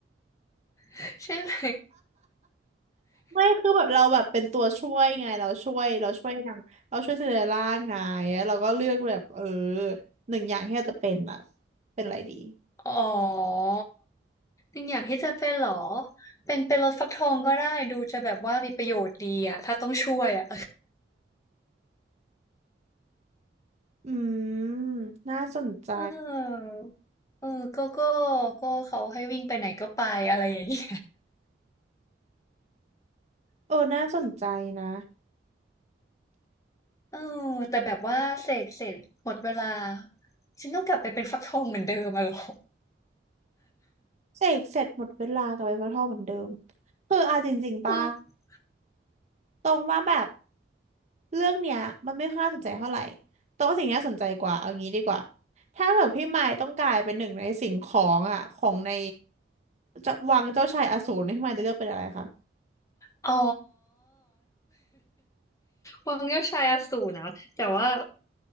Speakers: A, on the left (about 20°); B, on the right (about 40°).
A: <laughs> ใช่ไหม
B: ไม่คือแบบเราแบบเป็นตัวช่วยไงเราช่วยเราช่วยนางเราช่วยซินเดอเรลล่าไงแล้วเราก็เลือกแบบเออหนึ่งอย่างที่เราจะเป็นอะเป็นอะไรดี
A: อ๋อยังอยากที่จะเป็นเหรอเป็นเป็นรถฟักทองก็ได้ดูจะแบบว่ามีประโยชน์ดีอ่ะถ้าต้องช่วยอ่ะ
B: อืมน่าสนใจ
A: <laughs> เออเออก็ก็ก็เขาให้วิ่งไปไหนก็ไปอะไรอย่างนี้
B: เออน่าสนใจนะ
A: เออแต่แบบว่าเสกเสร็จหมดเวลาฉันต้องกลับไปเป็นฟักทองเหมือนเดิมอะเหรอ
B: เสกเสร็จหมดเวลากับไอ้ฟักทองเหมือนเดิมคือเอาจริงๆป่ะ
A: อืม
B: ตรงว่าแบบเรื่องเนี้ยมันไม่ค่อยน่าสนใจเท่าไหร่ตรงว่าสิ่งที่น่าสนใจกว่าเอางี้ดีกว่าถ้าแบบพี่มายต้องกลายเป็นหนึ่งในสิ่งของอ่ะของในจะวังเจ้าชายอสูรพี่มายจะเลือกเป็นอะไรคะ
A: อ๋อวังเจ้าชายอสูรเนาะแต่ว่า